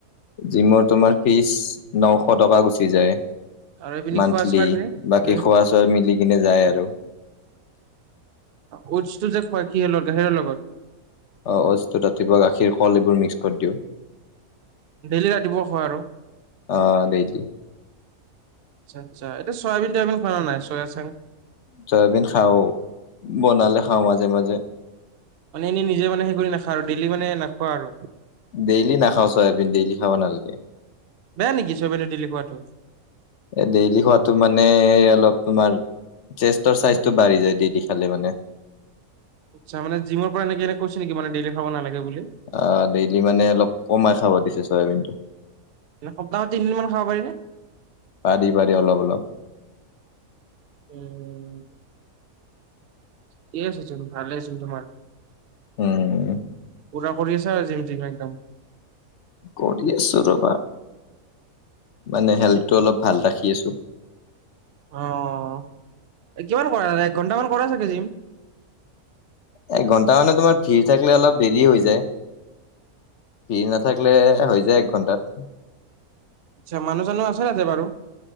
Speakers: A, on the left; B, on the right.
A: জিমৰ তোমাৰ ফিজ নশ টকা গুচি যায়
B: আৰু এইপিনে
A: মান্থলি
B: খোৱা চোৱাৰ পিনে
A: বাকী
B: উম
A: খোৱা চোৱা মিলি কিনে যায় আৰু
B: অওচটো যে খোৱা কিহত গাাহীৰৰ লগত
A: অ অটো ৰাতিপুৱা গাখীৰ কল এইবোৰ মিক্স কৰি দিওঁ
B: ডেইলি ৰাতিপুৱা খোৱা আৰু
A: অ', ডেইলি
B: আচ্ছা এটো চয়াবিন চয়াবিন খোৱা নাই চয়া চাং
A: চয়াবিন খাওঁ বনালে খাওঁ মাজে মাজে
B: মানে এনেই নিজে মানে হে কৰি নাখা আৰু ডেইলি মানে নাখোৱা আৰু
A: ডেইলি নখাও চয়াবিন ডেইলি খাব নালাগে
B: বেয়া নেকি ছয়বে ডিল কোৱাটো
A: এ ডেইলি খোৱাতো মানে অলপ তোমাৰ চেষ্টৰ চাইজটো বাঢ়ি যায় ডেইলি খালে মানে
B: আচ্ছানে জিমৰ পৰা এনেে এনে কৈছে নেকি মানে ডেইল খাব নালাগে বুলি
A: অ ডেইলি মানে অলপ কমাই খাব দিছে চয়াবিন টো
B: এনে সপ্তাহত তিনদিন মান খাব পাৰি নে
A: পাৰি পাৰি অলপ অলপ
B: <unintelligible> ঠিকে আছে চোন ভালে আছিল তোমাৰ।
A: উম,
B: পুৰা কৰি আছা জিম টিম একদম।
A: কৰি আছোঁ ৰবা। মানে
B: পিছে
A: হেল্থটো অলপ ভাল ৰাখি আছো।
B: অঁ, এই কিমান কৰা একঘণ্টামান কৰা চাগে জিম।
A: একঘণ্টা মানে তোমাৰ ভিৰ থাকিলে অলপ দেৰি হৈ যায়। ভিৰ নাথাকিলে হৈ যায় এক ঘন্টাত।
B: আচ্ছা মানুহ চানু আছে তাতে বাৰু,